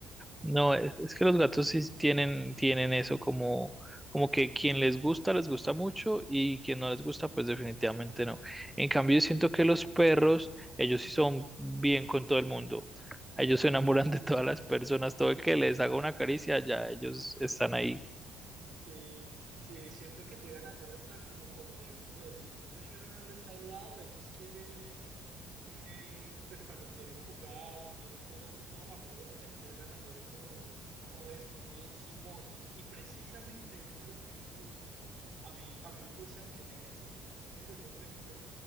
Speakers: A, in the centre; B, on the right.
A: No,
B: Sí.
A: es, es que los gatos sí tienen, tienen eso como, como que quien les gusta, les gusta mucho y quien no les gusta, pues definitivamente no. En cambio, yo siento que los perros, ellos sí son bien con todo el mundo. Ellos se enamoran de todas las personas, todo el que les haga una caricia, ya ellos están ahí.
B: Sí, sí, siento que llegan a ser hasta como confianzudos, incluso si uno no le está al lado, ellos quieren quieren, pues cuando quieren jugar, quieren ser así todos amorosos, empiezan a ser como, como esos, muy encimosos. Y precisamente eso es lo que me gusta. A mí, a mí me gustan que sean encimosos conmigo. Yo, por ejemplo,